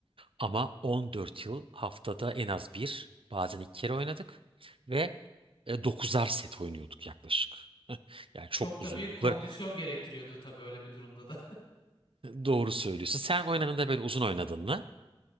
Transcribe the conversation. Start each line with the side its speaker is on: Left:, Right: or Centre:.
Right: Ama 14 yıl haftada en az bir, bazen iki kere oynadık ve e, 9'ar set oynuyorduk yaklaşık. Yani çok
Left: Çok
Right: uzun.
Left: da büyük kondisyon
Right: Bır-
Left: gerektiriyordu tabii öyle bir durumda da.
Right: Doğru söylüyorsun. Sen oynadığında böyle uzun oynadın mı?